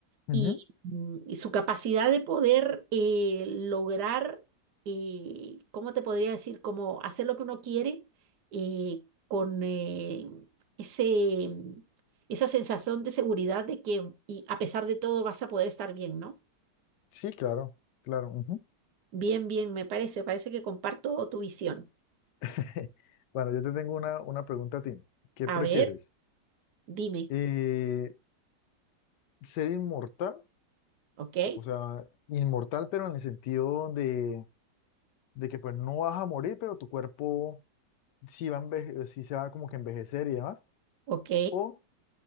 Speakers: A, on the left; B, on the right.
A: ujú,
B: y, mm, y su capacidad de poder eh, lograr, eh, ¿cómo te podría decir? Como hacer lo que uno quiere eh, con eh, ese, mm, esa sensación de seguridad de que y a pesar de todo vas a poder estar bien, ¿no?
A: Sí, claro, claro. ujú.
B: Bien, bien, me parece, parece que comparto tu visión.
A: <laughs> Bueno, yo te tengo una, una pregunta a ti. ¿Qué prefieres?
B: A ver, dime,
A: Eh, ¿ser inmortal?
B: ¿ok?
A: O sea, inmortal, pero en el sentido de, de que pues no vas a morir, pero tu cuerpo sí va a enveje- sí se va como que a envejecer y demás.
B: ¿Ok?
A: O